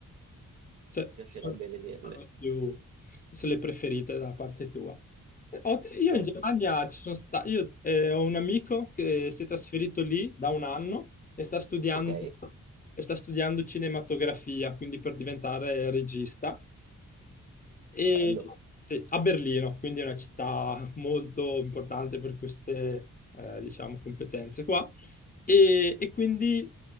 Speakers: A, on the left (about 25°); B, on the right (about 55°).
A: Cioè,
B: mi piacerebbe
A: sono
B: vederle.
A: sono le più, sono le preferite da parte tua. Eh, ho- Io
B: Sì.
A: in Germania ci sono stato, io eh, ho un amico che si è trasferito lì da un anno e sta studiando,
B: Ok,
A: e sta studiando cinematografia, quindi per diventare regista. E
B: bello.
A: sì, a Berlino, quindi è una città <laughs> molto importante per queste, eh, diciamo, competenze qua. E, e quindi